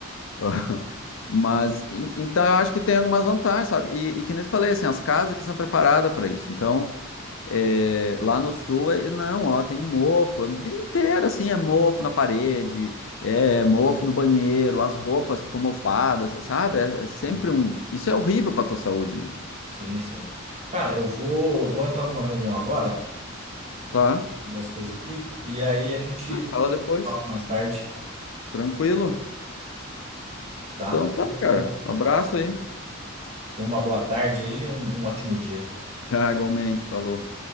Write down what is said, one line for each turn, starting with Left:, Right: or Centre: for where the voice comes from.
Left: <laughs> Mas, en- então eu acho que tem algumas vantagens, sabe? E, e que nem eu te falei, assim, as casas que são preparadas para isso. Então. É, lá no sul, é- não, ó, tem mofo, é a vida inteira, assim, é mofo na parede, é mofo no banheiro, as roupas ficam mofadas, sabe? É, é sempre
Right: Sim,
Left: um. Isso é horrível pra tua saúde, né?
Right: sim. sim. Cara, eu vou, vou entrar numa reunião agora,
Left: Tá?
Right: fazer as coisas aqui, e aí a gente
Left: A gente
Right: continua
Left: fala depois.
Right: o papo mais tarde.
Left: Tranquilo?
Right: tá?
Left: Então tá,
Right: Muito
Left: cara.
Right: obrigado pelo
Left: Um abraço
Right: papo.
Left: aí. <laughs>
Right: Tenha uma boa tarde aí e um um ótimo dia.
Left: Tá, igualmente, falou.